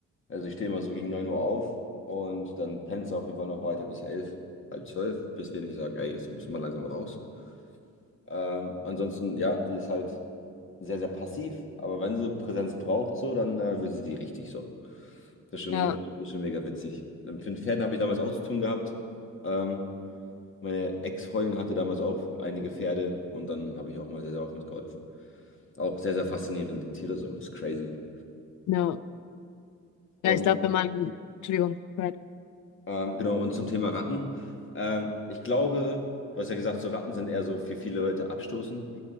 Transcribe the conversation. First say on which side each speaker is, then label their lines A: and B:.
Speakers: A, on the left (about 40°); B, on the left (about 80°).
A: Also ich stehe immer so gegen 9 Uhr auf und dann pennt er auf jeden Fall noch weiter bis elf, halb zwölf, bis wir nicht sagen, ey, jetzt muss man langsam raus. Ähm, ansonsten, ja, die ist halt sehr, sehr passiv, aber wenn sie Präsenz braucht, so, dann äh, will sie die richtig so. Das ist schon,
B: Ja,
A: ist schon mega witzig. Mit den Pferden habe ich damals auch zu tun gehabt. Ähm, meine Ex-Freundin hatte damals auch einige Pferde und dann habe ich auch mal sehr, sehr oft mitgeholfen. Auch sehr, sehr faszinierende Tiere, so, ist crazy.
B: ja.
A: Und
B: Ja, ich glaube, wenn man, Entschuldigung, go ahead.
A: ähm, genau, und zum Thema Ratten. Ähm, ich glaube, du hast ja gesagt, so Ratten sind eher so für viele Leute abstoßend.